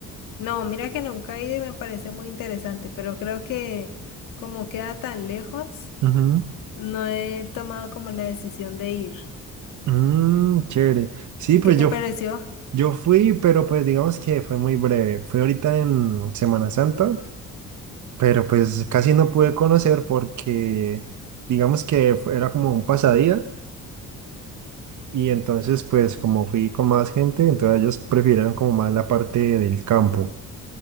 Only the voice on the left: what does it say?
No, mira que nunca he ido y me parece muy interesante, pero creo que como queda tan lejos,
no he tomado como la decisión de ir.
¿Y
qué te
pareció?